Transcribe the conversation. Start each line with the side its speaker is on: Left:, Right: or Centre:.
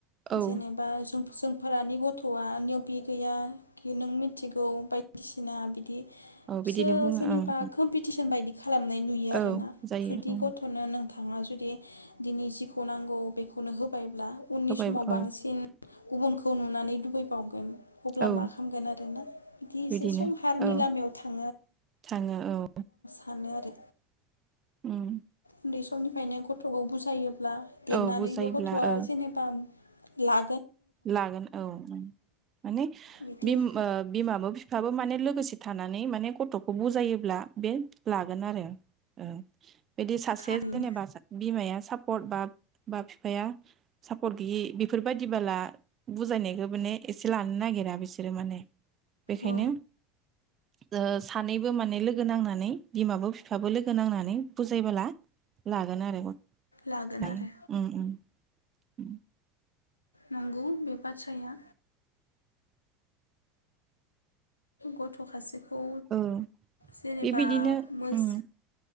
Right: औ
Left: जेनेबा जों जोंफोरानि गथवा नैबे गैया नों मिथिगौ बायदिसिना बिदि
Right: औ
Left: बिसो
Right: बिदिनो बुङो
Left: जेनेबा
Right: ओं
Left: कम्पिटिसन बायदि खालामनाय नुयो आरोना
Right: औ जायो
Left: जुदि
Right: ओं
Left: गथ'नो नों थांङा जुदि दिनै जिखौ नांगौ बेखौनो होबाय ब्ला उननि
Right: होबाय
Left: समाव
Right: औ
Left: बांसिन गुबुनखौ नुनानै लुबैबावगोन। अब्ला
Right: औ
Left: मा खालामगोन आरोना बिदि एसे
Right: बिदिनो
Left: संसारनि
Right: औ
Left: लामायाव थां
Right: थाङो औ
Left: सानो आरो
Right: उम
Left: उन्दै समनिफ्रायनो गथ'खौ बुजायो ब्ला देरनानैबो
Right: औ बुजायोब्ला
Left: गथ'आ
Right: ओ
Left: जेनेबा ला
Right: लागोन औ माने
Left: बिदि
Right: बिम ओ बिमाबो फिफाबो माने लोगोसे थानानै माने गथ'खौ बुजायोब्ला बे लागोन आरो ओ बिदि सासे
Left: थारैनो
Right: जेनेबा सा बिमाया सापर्ट बा बा फिफाया सापर्ट गैयि बेफोरबायदिबाला बुजायनायखौ माने एसे लानो नागिरा बिसोरो माने बेखायनो
Left: औ
Right: ओ सानैबो माने लोगो नांनानै बिमाबो फिफाबो लोगो नांनानै बुजायबोला लागोन आरो।
Left: लागोन
Right: लायो
Left: आरो
Right: उम उम उम
Left: नंगौ बे बाथ्राया गथ' खासे बेखौ
Right: औ
Left: जेनेबा
Right: बेबायदिनो
Left: मोज
Right: उम